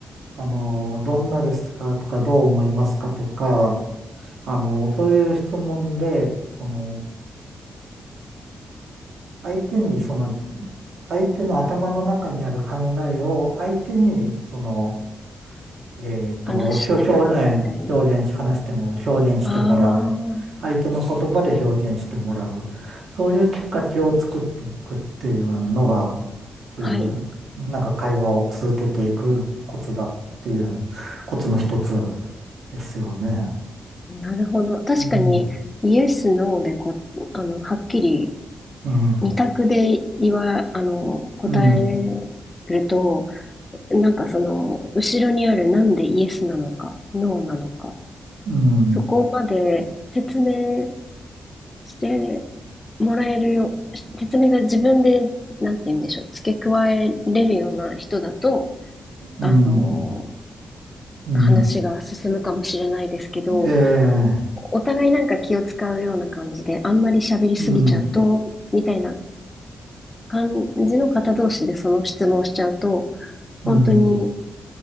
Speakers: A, on the right (about 80°); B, on the left (about 25°).
A: あの、どんなですかとかどう思いますかとか、あの、そういう質問で、その、相手に、その、相手の頭の中にある考えを、相手に、その、えっと、
B: 話してもらうみたいな。
A: 表、表、えー表現し、話してもらう、表現してもらう。
B: ああ、
A: 相手の言葉で表現してもらう。そういうきっかけを作っていくっていうのが、そういう、
B: はい。
A: なんか会話を続けていくコツだっていう、コツの一つですよね。
B: なるほど。確かに、
A: うん
B: イエス、ノーでこ、あの、はっきり、
A: うん。
B: 二択で言わ、あの、答え
A: うん。
B: ると、なんかその、後ろにあるなんでイエスなのか、ノーなのか、
A: うん。
B: そこまで説明してもらえるよ、し説明が自分で、なんて言うんでしょう、付け加えれるような人だと、
A: うん、
B: あのー
A: うん、
B: 話が進むかもしれないですけど、
A: ええ、
B: お互いなんか気を使うような感じで、あんまり喋りすぎちゃうと、
A: うん、
B: みたいな感じの方同士でその質問しちゃうと、
A: うん、
B: 本当に